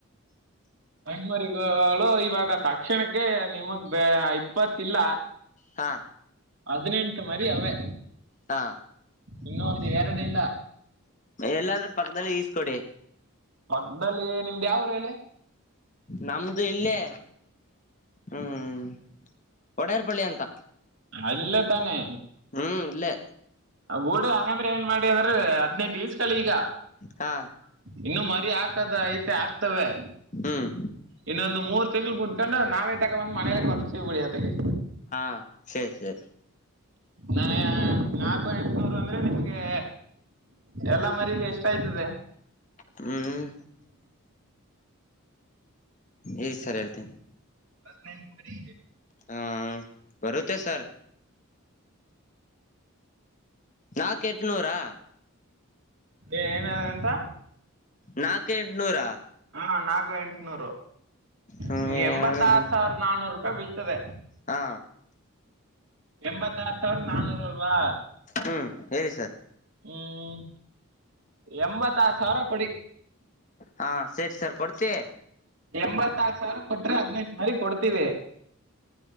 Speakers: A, on the left (about 35°); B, on the right (about 60°).
A: <inaudible>
B: ಹಣ್ಮರಿಗಳು ಇವಾಗ ತಕ್ಷಣಕ್ಕೆ ನಿಮಗ್ ಬ ಇಪ್ಪತ್ತಲ್ಲ
A: ಹಾ
B: ಹದಿನೆಂಟು ಮರಿ ಅವೆ
A: ಹಾ
B: ಇನ್ನೂ ಒಂದು ಎರಡು ಇಲ್ಲ
A: ಎಲ್ಲಾದೂ ಪಕ್ಕದದಲ್ಲಿ ಈಸ್ಕೊಡಿ
B: ಮಗ್ದಲ್ಲಿ ನಿಮ್ದ್ ಯಾವರು ಹೇಳಲ್ಲಿ
A: ನಮ್ದು ಇಲ್ಲೇ ಹ್ಮ್್ಮ್ ಒಡೆಯರ್ ಪಳ್ಳಿ ಅಂತ
B: ಅಲ್ಲೇ ತಾನೆ
A: ಹ್ಮ್ ಇಲ್ಲೇ
B: ೂಡು ಹಂಗಂದ್ರೆ ಏನ್ ಮಾಡಿ ಅಂದ್ರೆ ಹದ್ಿನೆಂಟು ಬೀಸ್ಕಳಿ ಈಗ
A: ಹಾ
B: ಇನ್ನು ಮರಿ ಹಾಕದ ಐತೆ ಹಾಕ್ತವೆ
A: ಹ್ಮ್
B: ಇನ್ನೊಂದು ಮೂರ್ ತಿಂಗಳ ಬಿಟ್ಕೊಂಡು ನಾವೇ ತಗೊ ಬಂದ್ ಮನೇಲಿ ಕೊಡ್ತೀವಿ ಬಿಳಿಯೊತೆಗೆ
A: ಹ ಸರಿ ಸರಿ
B: ನಾನ ನಾಲ್ಕು ಎಂಟನೂರು ಅಂದ್ರೆ ನಿಮ್ಗೆ ಎಲ್ಲ ಮರಿಗ ಎಷ್ಟ ಆಯ್ತದೆ
A: ಹ್ಮ್ ಇ ಸರಿ ಇತ
B: ಹದಿನೆಂಟು ಮನೆಲ್ಲಿ
A: ಹಾ ಬರುತ್ತೆ ಸರ್ ನಾಕ ಎಟ್ನೂರಾ
B: ಏನ ಎಂತ
A: ನಾಕ ಎಂಟನೂರ
B: ಹಾ ನಾಲ್ಕು ಎಂಟುನೂರು
A: ಹ್ಮ್
B: ನಿಮ್ಗೆ
A: ಹೇಳಣ
B: ಎಂಬತ್ತಾರ ಸಾವಿರದ ನಾನನೂರು ರೂಪಾಯಿ ಬಲ್ತದೆ
A: ಹಾ
B: ಎಂಬತ್ತ ಆಾರ ಸಾವಿರದ ನಾನೂರು ಅಲ್ವಾ
A: ಹ್ಮ್ ಹೇಳಿ ಸರ್
B: ಹ್ಮ್ ಎಂಬತ್ತ ಆಾರ ಸಾವಿರ ಕೊಡಿ
A: ಹಾ ಸರಿ ಸರ್ ಕೊಡ್ತಿ
B: ಎಂಬತ್ತಾರು ಸಾವಿರ ಕೊಟ್ರೆ ಹದ್ೈದು ಸಾರಿ ಕೊಡ್ತೀವಿ